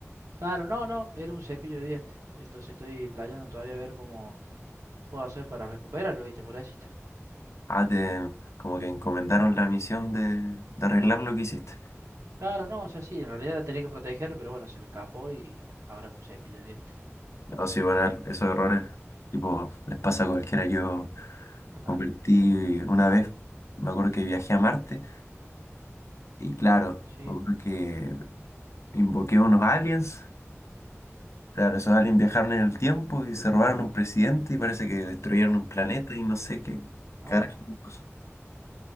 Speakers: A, on the right (about 85°); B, on the left (about 65°).
A: Claro, no, no, era un cepillo de dientes. Entonces estoy playando todavía a ver cómo puedo hacer para recuperarlo, ¿viste? Por ahí sí está.
B: Ah, te, como que encomendaron la misión de, de arreglar lo que hiciste.
A: Claro, no, o sea, sí, en realidad tenía que protegerlo, pero bueno, se me escapó y bueno, ahora es un cepillo de dientes.
B: No, sí, bueno, esos errores, tipo, les pasa a cualquiera. Yo
A: Claro,
B: convertí una vez, me acuerdo que viajé a Marte, y claro,
A: sí.
B: me acuerdo que invoqué unos aliens. Claro, esos aliens viajaron en el tiempo y se robaron un presidente y parece que destruyeron un planeta
A: Oh,
B: y no sé qué
A: no.
B: carajo. pasó.